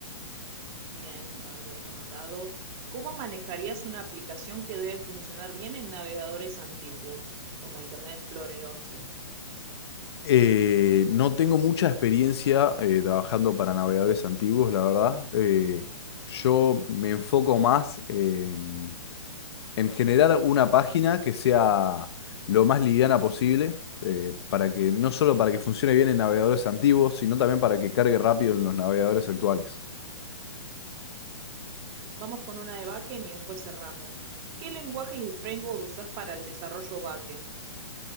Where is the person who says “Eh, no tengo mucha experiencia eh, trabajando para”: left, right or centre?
Left